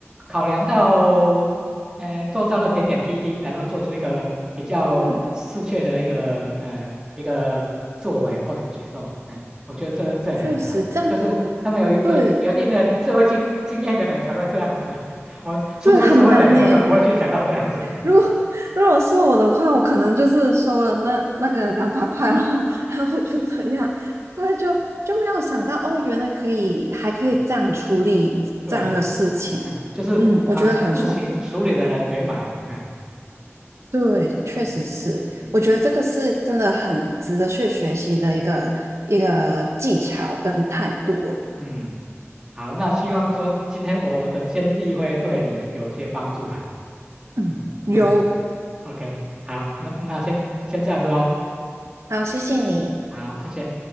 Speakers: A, on the right; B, on the right.
A: 考量到，呃，周遭的点点滴滴，然后做出一个比较适切的一个，
B: 对，
A: 呃，一个作为或者举动，嗯、我觉得这这很难得啊，
B: 确实这样，
A: 就是他们有有有一定的社会经经验的人才会这样子，
B: 对
A: <laughs> 我们初出社会的人根本不会去想到这样子，
B: 对很难呢。如果如果是我的话，我可能就是收了那那个两百块，然后然后就这样，因为就就没有想到哦，原来可以还可以这样处理这样的事情。
A: <laughs> 嗯对，哎哎，就是把事情处理得很圆满，
B: 嗯，我觉得很聪明。
A: 哎，
B: 对，确实是，
A: 嗯嗯
B: 我觉得这个是真的很值得去学习的一个一个技巧跟态度哦
A: 嗯。好，那希望说今天我的建议会对你有些帮助啦。
B: 嗯，
A: 嗯嗯
B: 有，
A: ，OK，好，那那先先这样子哦。
B: 好，谢谢你。
A: 好，谢谢。